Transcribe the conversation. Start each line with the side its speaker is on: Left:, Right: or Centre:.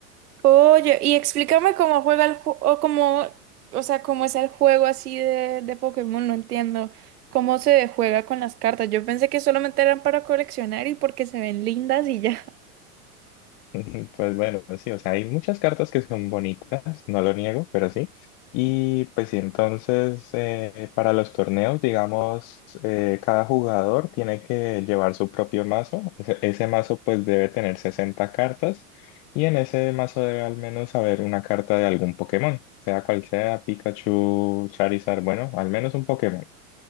Right: Oye, y explícame cómo juega el juego, o cómo, o sea, cómo es el juego así de, de Pokémon, no entiendo. ¿Cómo se juega con las cartas? Yo pensé que solamente eran para coleccionar y porque se ven lindas y ya.
Left: <laughs> Pues bueno, pues sí, o sea, hay muchas cartas que son bonitas, no lo niego, pero sí. Y pues sí, entonces eh, para los torneos, digamos, eh, cada jugador tiene que llevar su propio mazo. Ese, ese mazo pues debe tener 60 cartas y en ese mazo debe al menos haber una carta de algún Pokémon, sea cual sea, Pikachu, Charizard, bueno, al menos un Pokémon.